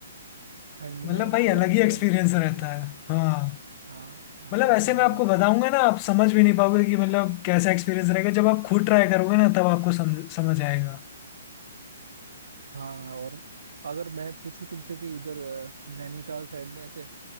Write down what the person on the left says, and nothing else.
मतलब
भाई
अलग
ही
एक्सपीरियंस
रहता
है हाँ
मतलब
ऐसे
मैं आपको
बताऊंगा ना आप समझ भी नहीं पाओगे कि मतलब कैसा एक्सपीरियंस रहेगा जब आप खुद ट्राई करोगे ना तब आपको समझ समझ आएगा